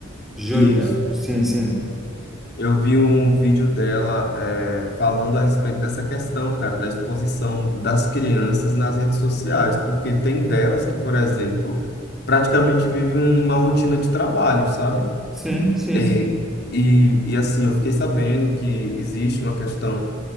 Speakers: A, in the centre; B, on the left.
A: Jo,
B: Isso.
A: é, sim, sim.
B: Eu vi um vídeo dela é, falando a respeito dessa questão, cara, da exposição das crianças nas redes sociais, porque tem delas que, por exemplo, praticamente vivem uma rotina de trabalho, sabe?
A: Sim, sim.
B: E, e, e assim, eu fiquei sabendo que existe uma questão